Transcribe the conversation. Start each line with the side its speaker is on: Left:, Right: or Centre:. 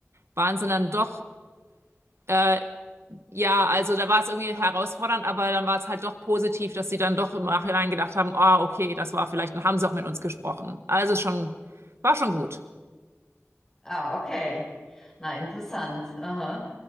Right: waren sie dann doch, äh, ja, also da war es irgendwie herausfordernd, aber dann war es halt doch positiv, dass sie dann doch im Nachhinein gedacht haben, ah, okay, das war vielleicht, dann haben sie auch mit uns gesprochen. Also schon, war schon gut.
Left: Ah, okay. Na, interessant. Aha.